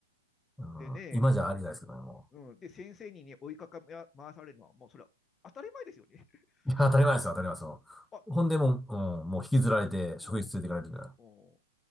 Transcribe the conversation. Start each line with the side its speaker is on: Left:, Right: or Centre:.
Centre: うん、
Left: でね、
Centre: 今じゃありじゃないですけどね、も
Left: うん、で先生に、ね、追いかか回されるのは、もうそれは当たり前ですよね。
Centre: う。いや、当たり前ですよ、当たり前ですよ。
Left: <laughs> うんあ
Centre: ほんでもう、
Left: うん
Centre: うん、もう引きずられて、職員室連れて行かれるみたいな。
Left: うんう